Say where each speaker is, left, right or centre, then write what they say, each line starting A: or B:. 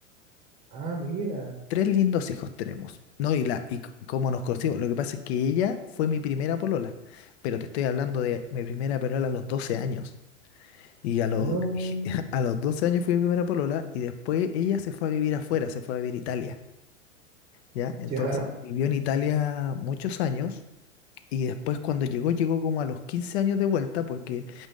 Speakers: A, on the right; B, on the left.
A: Ah, mira.
B: Tres lindos hijos tenemos, ¿no? Y, la, y c- cómo nos conocimos. Lo que pasa es que ella fue mi primera polola, pero te estoy hablando de mi primera polola a los 12 años. Y a los,
A: No.
B: <laughs> a los 12 años fui mi primera polola y después ella se fue a vivir afuera, se fue a vivir a Italia, ¿ya? Entonces
A: Ya.
B: vivió en Italia muchos años y después cuando llegó, llegó como a los 15 años de vuelta porque